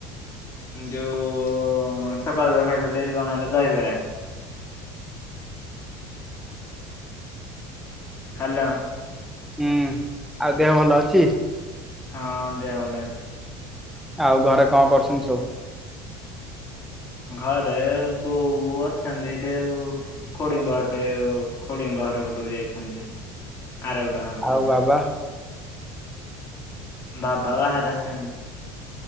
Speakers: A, on the left; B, in the centre.
A: ଯୋଉଁ ସକାଳୁ ତ ଖାଇଥିଲି କଣ ହେଟା ଦଇବରା। ହାଲୋ।
B: ହୁଁ ଆଉ ଦେହ ଭଲ ଅଛି?
A: ହଁ ଦେଅ ଭଲ ଅଛି।
B: ଆଉ ଘରେ କଣ କରୁଛନ୍ତି ସବୁ?
A: ଘରେ ବୋଉ ଅଛନ୍ତି ଏଠେ ଖୁଡିଙ୍କ ଘଠେ ଖୁଡିଙ୍କ ବାହାର ପଟକୁ ଯାଇଛନ୍ତି। ଆରପଟ ଘରକୁ।
B: ଆଉ ବାବା।
A: ବାବା ବାହାରେ ଅଛନ୍ତି।